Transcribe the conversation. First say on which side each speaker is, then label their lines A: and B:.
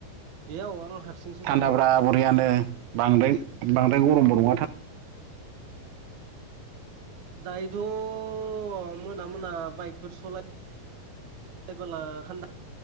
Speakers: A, on the right; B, on the right.
A: बेयाव आं हारसिंसो
B: थान्दाब्रा
A: दं
B: बरियानो बांद्राय बांद्राय गरमबो नङा था
A: दायोथ' मोना मोना बाइकफोर सलायबोला थान्दा